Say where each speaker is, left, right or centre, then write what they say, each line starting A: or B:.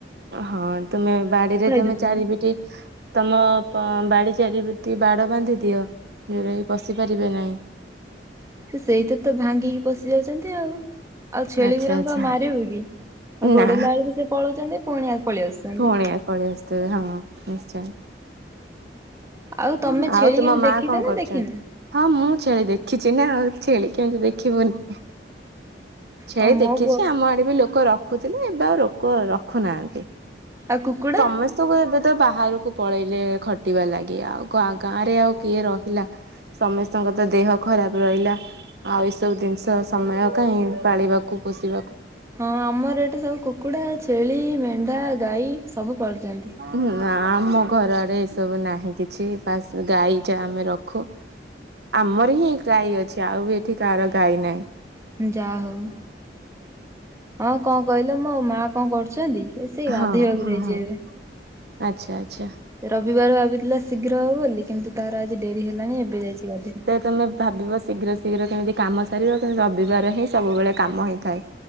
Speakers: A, on the right (about 65°); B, on the right (about 15°).
A: ଅଁ ହଁନ୍ ତମେ ବାଡ଼ିରେ ତମେ
B: ଦଉଛନ୍ତି।
A: ଚାରିବିଟି ତମ ପମ୍ ବାଡ଼ି ଚାରିପିଟି ବାଡ଼ ବାନ୍ଧି ଦିଅ। ଯୋଉରାକି ପସିପାରିବେ ନାଇଁ।
B: ସେ ସେଇଥିରେ ତ ଭାଙ୍ଗିକି ପଶି ଯାଉଛନ୍ତି ଆଉ। ଆଉ ଛେଳି
A: ଆଚ୍ଛା
B: ଗୁରାଙ୍କୁ
A: ଆଚ୍ଛା
B: ଆଉ ମାରିବୁ କି ଆଉ ଗୋଡ଼େଇଲା
A: ନା
B: ଏଳୁକୁ ସିଏ ପଳଉଚନ୍ତି ପୁଣିଆ ପଳେଇ ଆସୁଛନ୍ତି।
A: ପୁଣି ପଳେଇ ଆସଥିବେ ହଁ ନିଶ୍ଚୟ। <unintelligible>
B: ଆଉ ତମେ
A: ଆଉ
B: ଛେଳି
A: ତୁମ
B: କେବେ
A: ମା
B: ଦେଖିଛ
A: କଣ
B: ନା
A: କରୁଛନ୍ତି?
B: ଦେଖିନା?
A: ହଁ ମୁଁ ଛେଳି ଦେଖିଛି ନା ଆଉ। ଛେଳି କେମିତି ଦେଖିବୁନି ଛେଳି
B: ଆଉ ମୋ
A: ଦେଖିଛି
B: ବୋଉ
A: ଆମ ଆଡ଼େ ବି ଲୋକ ର ଖୁଥିଲି ଏବେ ଆଉ ରୋକ ରଖୁନାଆଁନ୍ତି।
B: ଆଉ କୁକୁଡ଼୍
A: ସମେସ୍ତେଙ୍କୁ ଏବେ ତ ବାହାରୁକୁ ପଳେଇଲେ ଖଟିବା ଲାଗି। ଆଉ ଗାଁ ଗାଁରେ ଆଉ କିଏ ରହିଲା। ସମେସ୍ତଙ୍କ ତ ଦେହ ଖରାପେ ରହିଲା। ଆଉ ଏସବୁ ଦିନିଷ ସମୟ କାହିଁ ପାଳିବାକୁ ପୋଷିବାକୁ।
B: ହଁ ଆମର ଏଠି ସବୁ କୁକୁଡା, ଛେଳି, ମେଣ୍ଢା, ଗାଈ ସବୁ ପାଳୁଚନ୍ତି।
A: ନା ଆମ ଘରଆଡେ ଏସବୁ ନାହିଁ କିଛି ବାସ୍ ଗାଈ ଯା ଆମେ ରଖୁ। ଆମର ହିଁ ଗାଈ ଅଛି। ଆଉ ବି ଏଠି କାହାର ଗାଈ ନାହିଁ।
B: ଯା ହୋଉ ହଁ କଣ କଇଲ ମୋ ମା କଣ କରୁଚନ୍ତି? ଏ ସିଏ
A: ହଁ
B: ଗାଧୋଇବାକୁ
A: ହଁ
B: ଯଇଚି
A: ହଁ।
B: ଏବେ।
A: ଆଚ୍ଛା ଆଚ୍ଛା।
B: ରବିବାର ଭାବିଥିଲା ଶୀଘ୍ର ହବ ବୋଲି କିନ୍ତୁ ତାର ଆଜି ଡେରି ହେଲାଣି ଏବେ ଯାଇଚି ଗାଧୋଇବ।
A: ତୁମେ ଭାବିବ ଶୀଘ୍ର ଶୀଘ୍ର କେମିତି କାମ ସାରିବ। କିନ୍ତୁ ରବିବାର ହିଁ ସବୁବେଳେ କାମ ହେଇଥାଏ।